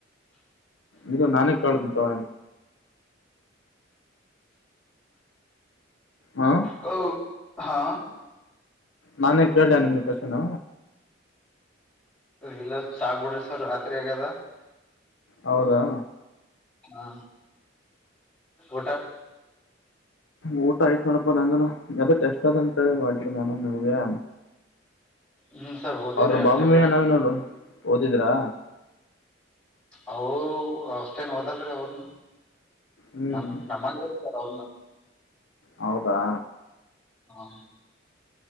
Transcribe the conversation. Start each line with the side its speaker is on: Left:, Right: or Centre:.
Left: ಇಲ್ಲ ನಾನೇ ಕಾಂತ ತಾವ ಹಾ
Centre: ಹ ಹಾ
Left: ನಾನೇ ಕೇಳ ನಿಮ್ಗೆ ಕ್ವನ್
Centre: ಇಲ್ಲ ಸಾಗ್ಬಿಡ್ರಿ ಸರ್ ರಾತ್ರಿ ಆಗ್ಯದ
Left: ಹೌದಾ
Centre: ಹ್ಮ ಊಟ.
Left: ಊಟ ಆಯ್ತು ನೋಡಪ್ಪಾ ನದನು ಎಷ್ಟ ಅದ ಅಂತೇಳ ಮಾಡಿದ್ದನಿ ನಾನು ನಿಮ್ಗೆ.
Centre: ಹ್ಮ್ ಸರ್. ಓದಿವ್ರಿ
Left: ಅವರು
Centre: ಅಷ್ಟಾಗ
Left: ಬಾಬು ಮಯ್ಯ
Centre: ಅಷ್ಟ
Left: ನವೀನವರು ಓದಿದ್ರಾ.
Centre: ಅವ ಅವಷ್ಟೇನ್ ಓದಲರಅವ್ರನು
Left: ಹ್ಮ್
Centre: ನಮ ನಮ್ಮಗೆ. ಹೌ
Left: ಹೌದಾ
Centre: ಹಾ